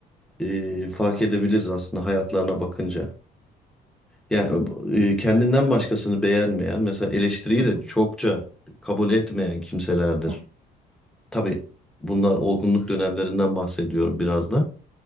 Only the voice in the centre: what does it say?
e, fark edebiliriz aslında hayatlarına bakınca. Yani e, kendinden başkasını beğenmeyen, mesela eleştiriyi
de çokça kabul etmeyen kimselerdir.
Tabii bunlar olgunluk dönemlerinden bahsediyorum biraz da.